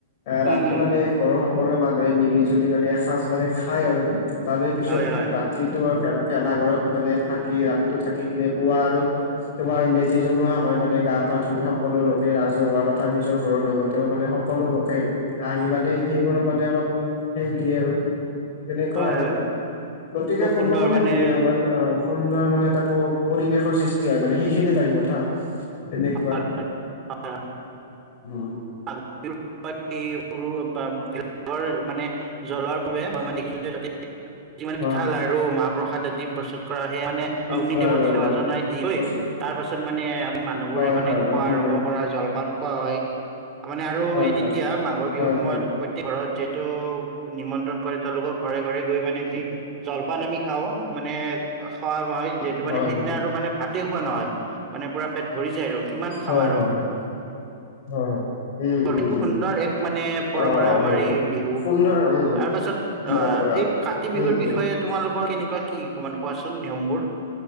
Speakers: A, on the left; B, on the right.
A: ৰাতি
B: উম উম
A: মানে ঘৰৰ সকলো মানুহে মিলি জুলি মানে এসাঁজ মানে খায় আৰু। তাৰে পিছত
B: হয় হয়
A: ৰাতিটো আৰু ভেলা ভেলাঘৰত মানে থাকি ৰাতিটো থাকি কিনে পুৱা আৰু তোমাৰ মেজি জ্বলোৱা হয় মানে গা পা ধুই সকলো লোকে ৰাজহুৱা তথা নিজৰ ঘৰৰ লগত তেওঁ মানে সকলো লোকে আহি মানে সেইবোৰক
B: উম
A: মানে অলপ হেৰি দিয়ে আৰু। তেনেকুৱা
B: হয়
A: আৰু
B: হয়
A: গতিকে
B: খুব
A: ক'ব
B: সুন্দৰ
A: গলে
B: মানে
A: বি এ মান অ সুন্দৰ মানে এটা প পৰিবেশৰ সৃষ্টি হয় মানে, সেইখিনি টাইমত হা তেনেকুৱা।
B: হয় হয়
A: উম
B: <unintelligible> ভেলাঘৰ মানে জ্বলাৰ পূৰে মই মান দেখো যে তাতে, মানে পিঠা
A: অ
B: লাৰু মাহ প্ৰসাদ আদি প্ৰস্তুত কৰা সেই মানে
A: পিছ
B: অগ্নি দেৱত
A: আৰু
B: সেৱা জনাই দিয়ে ঐ
A: অ
B: তাৰ পাছত মানে আমি মানুহবোৰে
A: হয়
B: মানে
A: হয়
B: খোৱা
A: অ দিলে
B: আৰম্ভ কৰা জলপান খোৱা হয়। মানে আৰু
A: হয়
B: এই তেতিয়া
A: হয়
B: মাঘৰ বিহুৰ
A: হয়
B: সময়ত
A: হয়
B: প্ৰত প্ৰত্যেক ঘৰত যিহেতু নিমন্ত্ৰণ কৰে তেওঁলোকৰ ঘৰে ঘৰে গৈ মানে যি জলপান আমি খাওঁ মানে খোৱা হয়। যিহেতু
A: হয়
B: মানে সেইদিনা
A: হয়
B: আৰু মানে ভাতেই খোৱা নহয়। মানে পুৰা পেট ভৰি যায় আৰু। কিমান
A: হয়
B: খাবা আৰু
A: হয় হয়, হয়। উম
B: অতি
A: উম উম
B: সুন্দৰ এক মানে পৰম্পৰা
A: অ
B: আমাৰ
A: সেইবোৰ
B: এই বিহু।
A: সুন্দৰ উম
B: তাৰ পাছত অ,
A: পৰম্পৰা
B: এই কাতি বিহুৰ
A: উম
B: বিষয়ে
A: উম
B: তোমালোকৰ কেনেকুৱা কি অকমান কোৱাচোন নিয়মবোৰ।